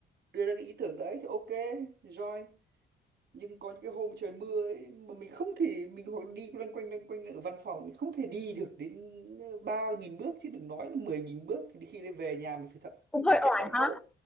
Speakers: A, on the right; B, in the centre.
A: đưa ra cái ý tưởng đấy thì ok join nhưng có những cái hôm trời mưa ấy mà mình không thể mình hoặc đi loanh quanh loanh quanh ở văn phòng mình không thể đi được đến ờ, ba nghìn bước chứ đừng nói là mười nghìn bước thì khi đấy về nhà mình phải thật
B: cũng
A: mình
B: hơi
A: phải chạy
B: oải
A: tại
B: ha.
A: chỗ